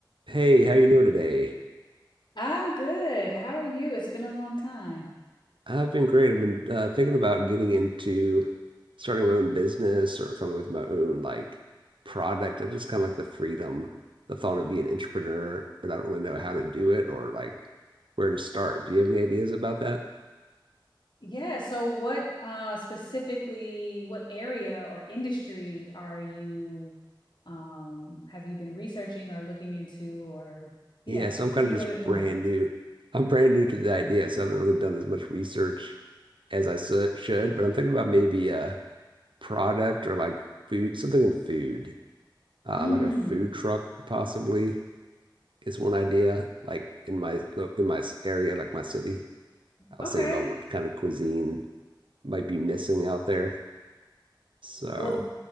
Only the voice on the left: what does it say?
I'm good. How are you? It's been a long time.
Yeah, so what uh specifically what area or industry are you um have you been researching or looking into or yeah,
tell
me
a
little bit
more.
Mm,
okay.
Well,